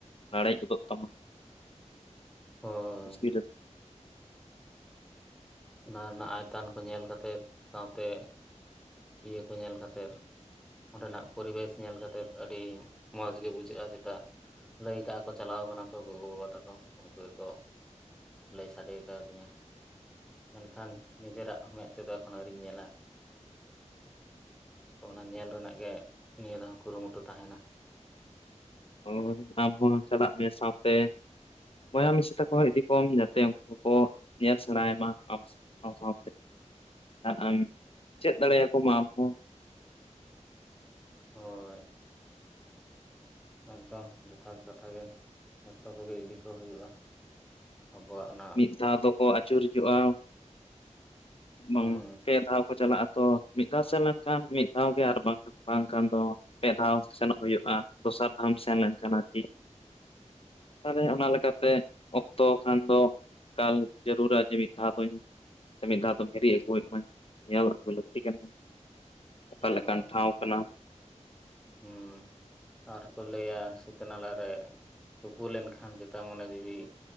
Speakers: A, on the left; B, in the centre.
A: ᱞᱟᱲᱮᱡ ᱜᱚᱫᱚᱜ ᱛᱟᱢᱟ
B: ᱦᱳᱭ
A: <unintelligible>
B: ᱚᱱᱟ ᱨᱮᱱᱟᱜ ᱟᱭᱛᱟᱱ ᱠᱚ ᱧᱮᱞ ᱠᱟᱛᱮᱫ ᱥᱟᱶᱛᱮ ᱤᱭᱟᱹ ᱠᱚ ᱧᱮᱞ ᱠᱟᱛᱮᱫ ᱚᱸᱰᱮᱱᱟᱜ ᱯᱚᱨᱤᱵᱮᱥ ᱧᱮᱞ ᱠᱟᱛᱮᱫ ᱟᱹᱰᱤ ᱢᱚᱸᱡᱽ ᱜᱮ ᱵᱩᱡᱷᱟᱹᱜᱼᱟ ᱪᱮᱛᱟ ᱞᱟᱹᱭ ᱠᱟᱜᱼᱟ ᱠᱚ ᱪᱟᱞᱟᱣ ᱠᱟᱱᱟ ᱠᱚ ᱜᱚᱜᱚ ᱵᱟᱵᱟ ᱛᱟᱠᱚ ᱩᱱᱠᱩ ᱜᱮᱠᱚ ᱞᱟᱹᱭ ᱥᱟᱰᱮ ᱠᱟᱣᱫᱤᱧᱟ ᱢᱮᱱᱠᱷᱟᱱ ᱱᱤᱡᱮᱨᱟᱜ ᱢᱮᱫ ᱛᱮᱫᱚ ᱮᱠᱷᱚᱱᱚ ᱟᱹᱣᱨᱤᱧ ᱧᱮᱞᱟ ᱛᱚ ᱚᱱᱟ ᱧᱮᱞ ᱨᱮᱱᱟᱜ ᱜᱮ ᱱᱤᱭᱟᱹ ᱫᱷᱟᱣ ᱠᱩᱨᱩᱢᱩᱴᱩ ᱛᱟᱦᱮᱱᱟ
A: ᱚ ᱟᱢ ᱦᱚᱸ ᱪᱟᱞᱟᱜ ᱢᱮ ᱥᱟᱶᱛᱮ ᱵᱚᱭᱦᱟ ᱢᱤᱥᱤ ᱛᱟᱠᱚ ᱤᱫᱤ ᱠᱚᱢ ᱡᱟᱛᱮ ᱩᱱᱠᱩ ᱦᱚᱸᱠᱚ ᱧᱮᱞ ᱥᱮᱬᱟᱭ ᱢᱟ ᱟᱢ ᱥᱟᱶᱛᱮ ᱟᱢ ᱪᱮᱫ ᱫᱟᱲᱮᱭᱟᱠᱚ-ᱟᱢ ᱟᱢᱦᱚᱸ
B: ᱦᱳᱭ ᱮᱠᱫᱚᱢ ᱡᱚᱛᱷᱟᱛ ᱠᱟᱛᱷᱟ ᱜᱮ ᱡᱚᱛᱚ ᱠᱚᱜᱮ ᱤᱫᱤ ᱠᱚ ᱦᱩᱭᱩᱜᱼᱟ ᱟᱵᱚᱣᱟᱜ ᱚᱱᱟ
A: ᱢᱤᱫ ᱫᱷᱟᱣ ᱫᱚᱠᱚ ᱟᱹᱪᱩᱨ ᱦᱤᱡᱩᱜᱼᱟ᱾
B: ᱦᱩᱸ
A: ᱵᱟᱝ ᱯᱮ ᱫᱷᱟᱣ ᱠᱚ ᱪᱟᱞᱟᱜᱼᱟ ᱛᱚ ᱢᱤᱫ ᱫᱷᱟᱣ ᱥᱮᱱ ᱞᱮᱱᱠᱷᱟᱱ, ᱢᱤᱫ ᱫᱷᱟᱣ ᱜᱮ ᱟᱨ ᱵᱟᱝ ᱵᱟᱝᱠᱷᱟᱱ ᱫᱚ ᱯᱮ ᱫᱷᱟᱣ ᱥᱮᱱᱚᱜ ᱦᱩᱭᱩᱜᱼᱟ, ᱫᱚᱥᱟᱨ ᱫᱷᱟᱣ ᱮᱢ ᱥᱮᱱ ᱞᱮᱱᱠᱷᱟᱱ ᱟᱨᱠᱤ ᱛᱟᱦᱚᱞᱮ ᱚᱱᱟ ᱞᱮᱠᱟᱛᱮ ᱚᱠᱛᱚ ᱠᱷᱟᱱ ᱫᱚ, ᱮᱠᱟᱞ ᱡᱟᱹᱨᱩᱲᱼᱟ ᱡᱮ ᱢᱤᱫ ᱫᱷᱟᱣ ᱫᱚᱧ ᱥᱮ ᱢᱤᱫ ᱫᱷᱟᱣ ᱫᱚ ᱦᱤᱨᱤ ᱟᱹᱜᱩᱭᱮᱫ ᱢᱮ ᱧᱮᱞ ᱨᱮᱠᱚ ᱞᱟᱹᱠᱛᱤ ᱠᱟᱱᱟ ᱚᱠᱟ
B: ᱦᱳᱭ
A: ᱞᱮᱠᱟᱱ ᱴᱷᱟᱶ ᱠᱟᱱᱟ᱾
B: ᱦᱩᱸ ᱟᱨ ᱠᱚ ᱞᱟᱹᱭᱟ ᱥᱤᱛᱟᱹ ᱱᱟᱞᱟ ᱨᱮ ᱛᱩᱯᱩ ᱞᱮᱱᱠᱷᱟᱱ, ᱡᱮᱴᱟ ᱢᱚᱱᱮ ᱡᱤᱣᱤ